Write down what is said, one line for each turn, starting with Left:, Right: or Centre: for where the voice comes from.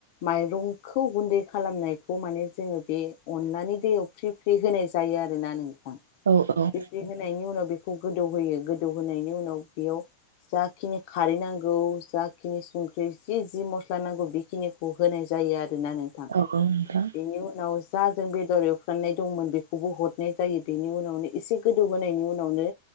Left: माइरं खौ गुन्दै खालामनायखौ माने जोङो बे अनलानि दैयाव फ्रि फ्रि होनाय जायो आरोना नों
Right: औ औ
Left: फ्रि फ्रि होनायनि उनाव बे बेखौ गोदौ होयो गोदौ होनायनि उनाव बेयाव जाखिनि खारै नांगौ जाखिनि संख्रि जि जि मस्ला नांगौ बेखिनिखौ होनाय जायो आरो गोना नोंथां
Right: औ नोंथां
Left: बेनि उनाव जा जों बेदर एवफ्राननाय दंमोन बेखौबो हरनाय जायो बेनि उनावनो एसे गोदौबोनायनि उनावनो